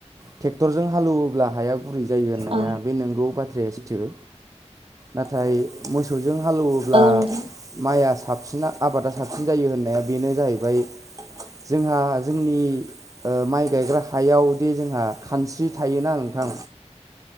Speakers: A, on the right; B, on the right.
A: ट्रेक्टरजों हालेवोब्ला हाया गु गुरै जायो होननाया
B: औ
A: बे नोंगौ बाथ्राया सिथो नाथाय मोसौ जों हालौवोब्ला
B: औ नोंथां
A: माइआ साबसिना आबादा साबसिन जायो होननाय बेनो जाहैबाय जोंहा जोंनि माइ गायग्रा हायावदि जोंहा खानस्रि थायोना नोंथां